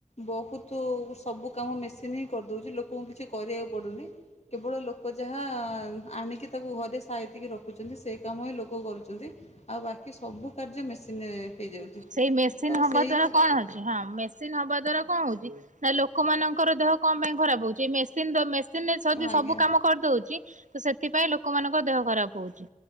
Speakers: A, on the left (about 55°); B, on the right (about 70°).
A: ବହୁତୁ ସବୁ କାମ ମେସିନ ହିଁ କରିଦଉଛି ଲୋକଙ୍କୁ କିଛି କ କରିବାକୁ ପଡୁନି କେବଳ ଲୋକ ଯାହା ଯା ଆଁ ଆଣିକି ତାକୁ ଘରେ ସାଇତି କି ରଖୁଛନ୍ତି ସେ କାମ ହିଁ ଲୋକ କରୁଛନ୍ତି ଆଉ ବାକି ସ ସବୁ କାର୍ଯ୍ୟ ମେସିନ୍ ରେ ଏଏ ହେଇଯାଉଛି।
B: ସେଇ ମେସିନ
A: ତ
B: ହବା
A: ସେଇ
B: ଦ୍ଵାରା କଣ ହଉଛି ହଁ ମେସିନ ହବା ଦ୍ଵାରା କଣ ହଉଛି। ନା ଲୋକମାନଙ୍କର ଦେହ କଣ ପାଇଁ ଖରାପ ହଉଛି। ମେସିନ ରେ
A: ଆଜ୍ଞା
B: ସବୁ କାମ କରିଦଉଛି। ତ ସେଥିପାଇଁ ଲୋକ। ଲୋକ ମଙ୍କ ଦେହ ଖରାପ ହଉଛି।